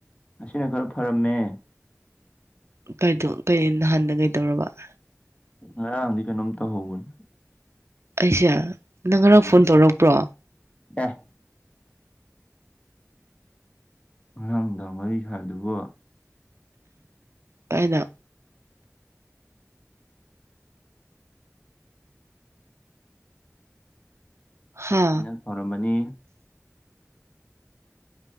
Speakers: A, on the left; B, on the right.
A: ꯑꯁꯤꯅ ꯈꯔ ꯐꯔꯝꯃꯦ
B: ꯀꯩꯗꯣ ꯅꯍꯥꯟꯅ ꯀꯩꯗꯧꯔꯕ ꯫
A: ꯍ ꯑꯗꯨꯀꯅꯃꯤꯇ ꯍꯒꯣꯟ
B: ꯑꯩꯁꯦ ꯅꯪ ꯉꯔꯥꯡ
A: ꯎꯝ
B: ꯐꯣꯟ ꯇꯧꯔꯛꯄ꯭ꯔꯣ
A: ꯑꯦ ꯑꯉꯥꯡꯗ ꯃꯔꯤ ꯍꯥꯏꯗꯨꯕꯨ
B: ꯄꯥꯏꯅ ꯍꯥ
A: ꯑꯩꯅ ꯊꯧꯔꯝꯃꯅꯤ